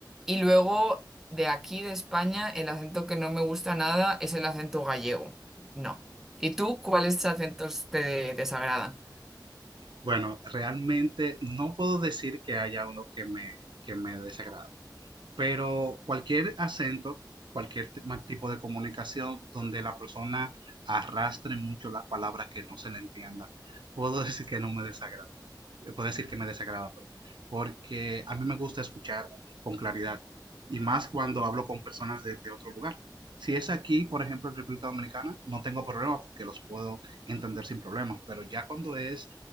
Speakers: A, in the centre; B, on the right.
A: Y luego de aquí, de España, el acento que no me gusta nada es el acento gallego. No. ¿Y tú cuáles acentos te desagradan?
B: Bueno, realmente no puedo decir que haya uno que me, que me desagrade. Pero cualquier acento, cualquier t- ma- tipo de comunicación donde la persona arrastre mucho las palabras que no se le entienda, puedo <laughs> decir que no me desagrada. Eh, Puedo decir que me desagrada, perdón. Porque a mí me gusta escuchar con claridad y más cuando hablo con personas de, de otro lugar. Si es aquí, por ejemplo, en República Dominicana, no tengo problema porque los puedo entender sin problemas, pero ya cuando es